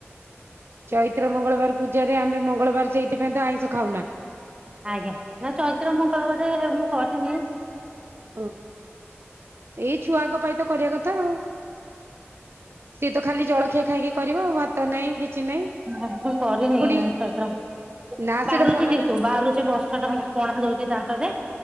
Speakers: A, on the right; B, on the right.
A: ଚୈତ୍ର ମଙ୍ଗଳବାର ପୂଜାରେ ଆମେ ମଙ୍ଗଳବାର ସେଇଥି ପାଇଁ ତ ଆଇଁଷ ଖାଉନା।
B: ଆଜ୍ଞା ନା ଚୈତ୍ର ମଙ୍ଗଳବାରେ ମୁଁ କରିଥିନି।
A: ଓ ଏଇ ଛୁଆଙ୍କ ପାଇଁ ତ କରିବା କଥା ଆଉ। ସିଏ ତ ଖାଲି ଜଳଖିଆ ଖାଇକି କରିବ ଆଉ ଭାତ ନାହିଁ କିଛି ନାହିଁ
B: ମୁଁ ବି କରିନି
A: ପୁଣି
B: ଚୈତ୍ର ମା
A: ନା ସେଇଟା
B: ପାରୁଛି
A: ଭଲ
B: କିନ୍ତୁ
A: ନା
B: ବାରୁଛି ବର୍ଷ ଟା ଖଣ୍ଡେ ପଣା ଦଉଚି, ଦା ତରେ